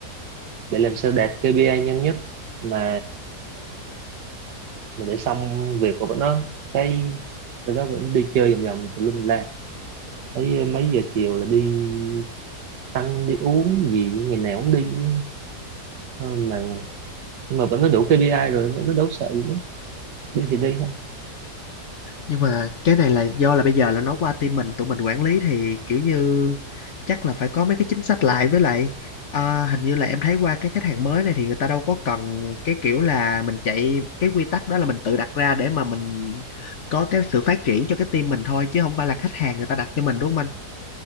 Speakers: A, on the right (about 85°); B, on the left (about 55°).
A: để làm sao đạt KPI nhanh nhất mà mình để xong việc của bọn nó cái tụi nó vẫn đi chơi vòng vòng tùm lum la thấy mấy giờ chiều là đi ăn đi uống gì ngày nào cũng đi Ờ, mà nhưng mà bọn nó đủ KPI rồi bọn nó đâu sợ gì nữa đi thì đi thôi
B: nhưng mà cái này là do là bây giờ là nó qua team mình tụi mình quản lý thì kiểu như chắc là phải có mấy cái chính sách lại với lại à, hình như là em thấy qua cái khách hàng mới này thì người ta đâu có cần cái kiểu là mình chạy cái quy tắc đó là mình tự đặt ra để mà mình có cái sự phát triển cho cái team mình thôi chứ không phải là khách hàng người ta đặt cho mình đúng không anh?